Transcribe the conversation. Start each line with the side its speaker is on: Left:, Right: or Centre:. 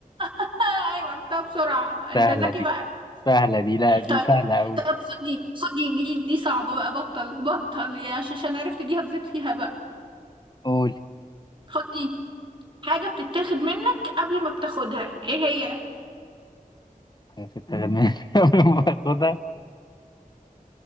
Right: آه، أيوة عرفتها بسرعة أنت
Left: سهله
Right: ذكي
Left: دي
Right: بقى
Left: سهله دي لا دي
Right: طيب
Left: سهله قوي
Right: طب خد دي خد دي دي دي صعبة بقى بطل بطل يا عش- عشان عرفت دي هتزيد فيها بقى
Left: قول
Right: خد دي حاجة بتتاخد منك قبل ما بتاخدها ايه هي؟
Left: حاجة في التغنيه <laughs> قبل ما باخدها